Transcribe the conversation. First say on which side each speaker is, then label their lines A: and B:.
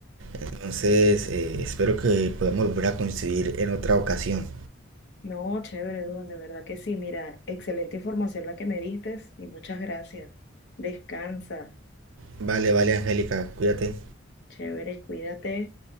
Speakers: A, on the right (about 75°); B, on the left (about 60°).
A: Entonces, eh, espero que podamos volver a coincidir en otra ocasión.
B: No, chévere, Duan, de verdad que sí. Mira, excelente información la que me diste y muchas gracias. Descansa,
A: Vale, vale, Angélica, cuídate.
B: chévere, cuídate.